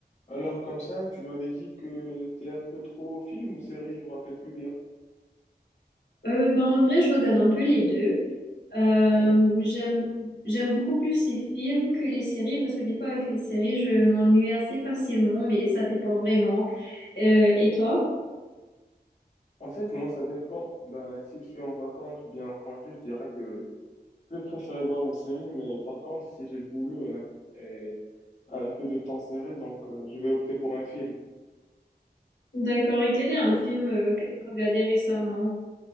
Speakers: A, on the left; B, on the left.
A: Alors, comme ça, tu m'avais dit que t'es un peu trop film ou série, je me rappelle plus bien.
B: Euh, ben, en vrai, je regarde un peu les deux. Euh,
A: Ouais.
B: j'aime, j'aime beaucoup plus les films que les séries parce que des fois, avec les séries, je m'ennuie assez facilement, mais ça dépend vraiment. Euh, et toi?
A: En fait, moi, ça dépend. Ben, si je suis en vacances ou bien en congé, je dirais que je vais préférer voir une série, mais par contre, si j'ai le boulot et, et un peu de temps serré, donc euh, je vais opter pour un film.
B: D'accord. Et quel est un
A: Mais
B: film euh, que tu as regardé récemment?